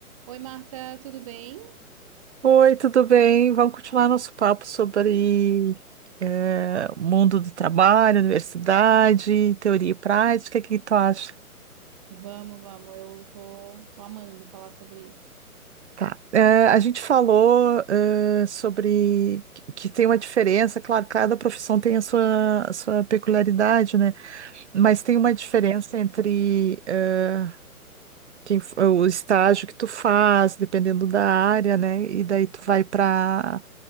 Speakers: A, on the right; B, on the right.
A: Oi, Marta, tudo bem?
B: Oi, tudo bem? Vamos continuar nosso papo sobre eh, o mundo do trabalho, universidade, teoria e prática. O que que tu acha?
A: Vamos, vamos, eu tô, tô amando falar sobre isso.
B: Tá. Eh, a gente falou eh, sobre que que tem uma diferença, claro, cada profissão tem a sua, a sua peculiaridade, né? Mas tem uma diferença entre eh, quem, f- o estágio que tu faz, dependendo da área, né? E daí tu vai para